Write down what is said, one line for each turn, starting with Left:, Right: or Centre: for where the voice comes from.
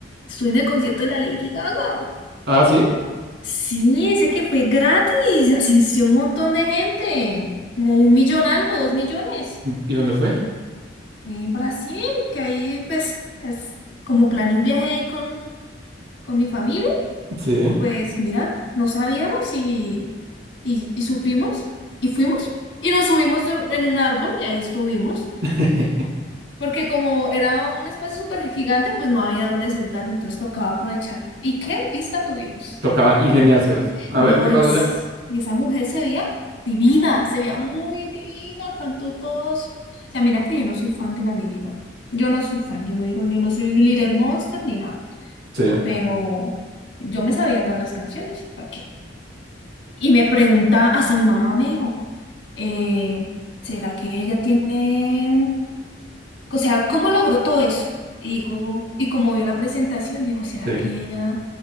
Left: estuve en el concierto de la Lady Gaga.
Right: Ah, ¿sí?
Left: Sí, ese que fue gratis, asistió un montón de gente, como un millón algo, dos millones.
Right: ¿Y dónde fue?
Left: Fue En Brasil, que ahí pues es como planeé un viaje ahí con, con mi familia.
Right: Sí.
Left: Pues mira, no sabíamos y, y, y supimos y fuimos y nos subimos do- en un árbol y ahí estuvimos,
Right: <laughs>
Left: porque como era un espacio súper gigante, pues no había dónde sentarse, entonces tocaba aprovechar. ¿Y qué vista tuvimos?
Right: Tocaba ingeniárselas.
Left: De-
Right: A
Left: No,
Right: ver, ¿qué pasó
Left: y, es-
Right: ya?
Left: y esa mujer se veía divina, se veía muy divina, cantó todos. O sea, mira que yo no soy fan de la Lady Gaga. Yo no soy fan, yo no digo, yo no soy un Little Monster ni nada,
Right: Sí,
Left: pero yo me sabía todas las canciones, ¿para qué? Y me preguntaba, hasta mi mamá me dijo, eh, ¿será que ella tiene, un- o sea, cómo logró todo eso? Y dijo, y como vio la presentación, dijo, ¿será
Right: sí.
Left: que ella